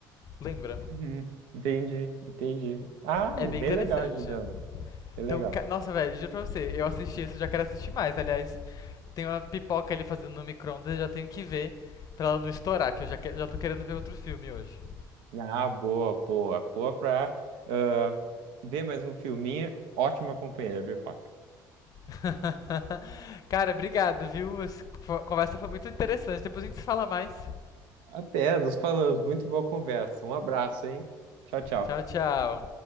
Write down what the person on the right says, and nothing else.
Uhum. Entendi, entendi. Ah,
bem
legal, Gidano, bem
legal.
Ah, boa, boa, boa pra ah, ver mais um filminho. Ótima companheira, Pipoca.
Até, nos falamos. Muito boa conversa. Um abraço, hein? Tchau, tchau.